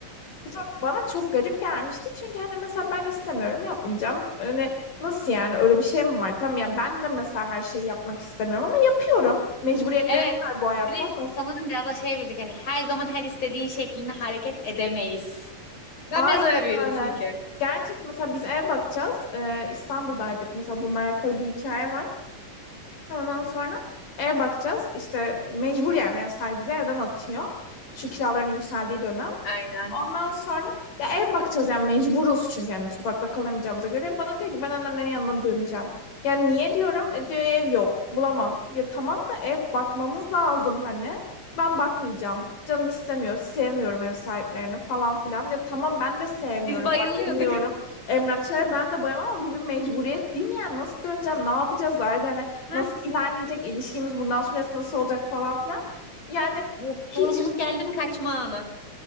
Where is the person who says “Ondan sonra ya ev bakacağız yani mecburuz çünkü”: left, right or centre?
Left